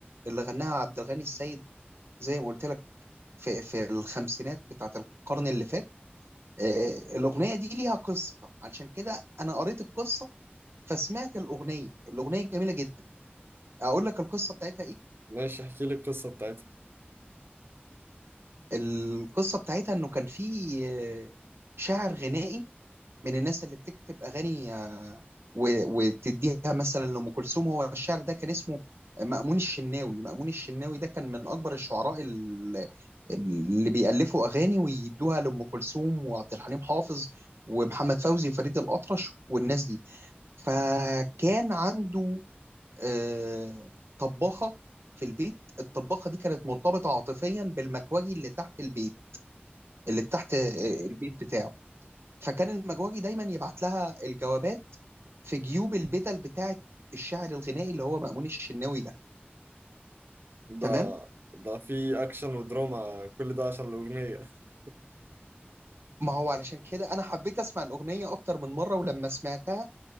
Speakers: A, on the right; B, on the right.
A: اللي غناها عبد الغني السيد زي ما قلت لك في في الخمسينات بتاعت القرن اللي فات آه الاغنيه دي ليها قصه علشان كده انا قريت القصه فسمعت الاغنيه الاغنيه جميله جدا اقول لك القصه بتاعتها ايه
B: ماشي احكي لي القصة بتاعتها
A: القصه بتاعتها انه كان في آه، شاعر غنائي من الناس اللي بتكتب اغاني و- وتديها مثلا لأم كلثوم هو الشعر ده كان اسمه مأمون الشناوي مأمون الشناوي ده كان من أكبر الشعراء ال- اللي بيألفوا أغاني ويدوها لأم كلثوم وعبد الحليم حافظ ومحمد فوزي فريد الأطرش والناس دي فكان عنده آه، طباخة في البيت الطباخة دي كانت مرتبطة عاطفيا بالمكواجي اللي تحت البيت اللي تحت آه، البيت بتاعه فكان المجوجي دايما يبعت لها الجوابات في جيوب البدل بتاعه الشاعر الغنائي اللي هو مأمون الشناوي ده
B: ده
A: تمام
B: ده في اكشن ودراما كل ده عشان الاغنيه <laughs>
A: ما هو علشان كده انا حبيت اسمع الاغنيه اكتر من مره ولما سمعتها